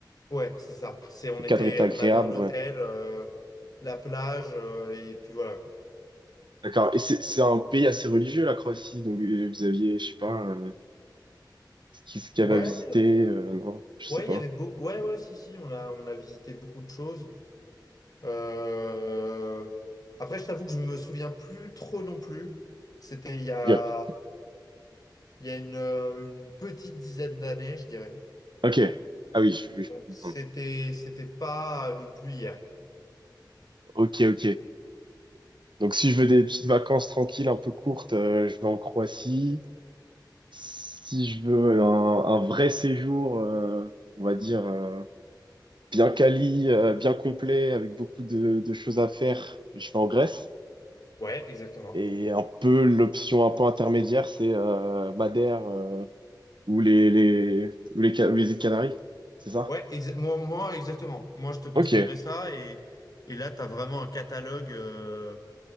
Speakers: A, on the left; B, on the right.
A: Ouais, c'est ça. C'est, on
B: le cadre
A: était,
B: est agréable,
A: on avait un hôtel,
B: ouais.
A: euh, la plage, euh, et puis voilà, quoi.
B: D'accord. Et c'est c'est un pays assez religieux, la Croatie. Donc, euh, vous aviez, je sais pas, euh, ce qui- ce qu'il
A: Ouais,
B: y avait à visiter. euh, non, je sais
A: ouais,
B: pas.
A: il y avait beau... Ouais, ouais, si, si, on a, on a visité beaucoup de choses. Euh, Après, je t'avoue que je me souviens plus trop non plus. C'était il y a...
B: Ok.
A: Il y a une, euh, une petite dizaine d'années, je dirais.
B: Ok. Ah oui, je, oui,
A: Donc
B: je comprends.
A: c'était c'était pas non plus hier.
B: Ok, ok. Donc, si je veux des petites vacances tranquilles, un peu courtes, euh, je vais en Croatie. Si je veux un, un vrai séjour, euh, on va dire, euh, bien quali, euh, bien complet, avec beaucoup de, de choses à faire, je vais en Grèce.
A: Ouais, exactement.
B: Et un peu l'option un peu intermédiaire, c'est euh, Madère euh, ou les, les, ou les, Ca- ou les îles Canaries, c'est ça?
A: Ouais, exa- moi, moi, exactement. Moi, je te conseillerais
B: Ok,
A: ça et, et là, tu as vraiment un catalogue euh,